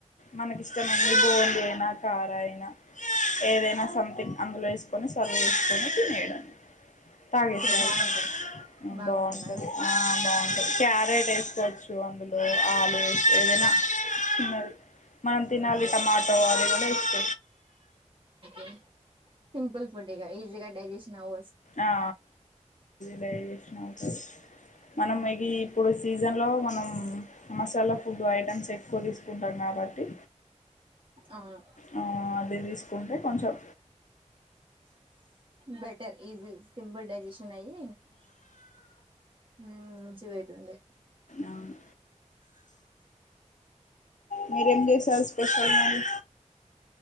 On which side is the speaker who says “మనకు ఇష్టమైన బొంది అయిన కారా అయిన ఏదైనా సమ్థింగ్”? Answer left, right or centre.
Left